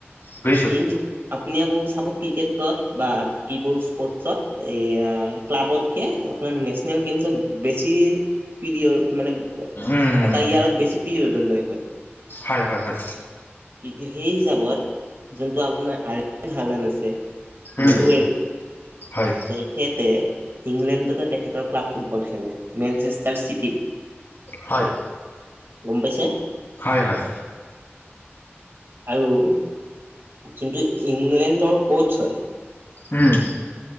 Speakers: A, on the left; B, on the right.
A: বুজিছোঁ।
B: কিন্তু আপুনি আকৌ চাব ক্ৰিকেটত বা বাকীবোৰ স্পৰ্টছত এইয়া ক্লাবতকে আপোনাৰ নেশ্যনেল গেমজতো বেছি পিৰিয়ডৰ মানে
A: উম
B: এটা ইয়াৰত বেছি পিৰিয়ড লৈ হয়।
A: হয় হয় হয়।
B: কিন্তু সেই হিচাপত যোনটো আপোনাৰ <unintelligible> আছে।
A: উম
B: নৰোৱেত,
A: হয়
B: তেখেতে ইংলেণ্ডতে তেখেতৰ ক্লাব ফুটবল খেলে, মেনচেষ্টাৰ চিটিত।
A: হয়।
B: গম পাইছে?
A: হয় হয়।
B: আৰু যোনটো ইংলেণ্ডৰ কচ হয়।
A: উম।